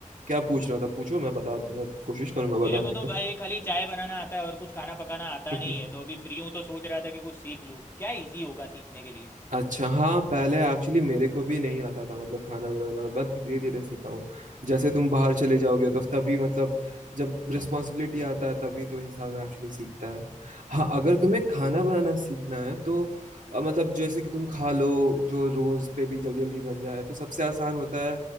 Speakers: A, on the right; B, on the left.
A: क्या पूछ रहा था पूछो मैं बता मैं कोशिश करूंगा
B: मेरे
A: बताने
B: को तो भाई खाली चाय बनाना आता है और कुछ खाना पकाना आता
A: का
B: नहीं
A: <laughs>
B: है तो अभी फ्री हूँ तो सोच रहा था कि कुछ सीख लूँ क्या इजी होगा सीखने के लिए
A: अच्छा हाँ पहले एक्चुअली मेरे को भी नहीं आता था मतलब खाना बनाना बस धीरे धीरे सीखा हूँ जैसे तुम बाहर चले जाओगे तो तभी मतलब जब रिस्पॉन्सिबिलिटी आता है तभी तो इंसान एक्चुअली सीखता है हाँ अगर तुम्हें खाना बनाना सीखना है तो अ, मतलब जैसे कि तुम खा लो जो रोज पे भी जल्दी जल्दी बन जाए तो सबसे आसान होता है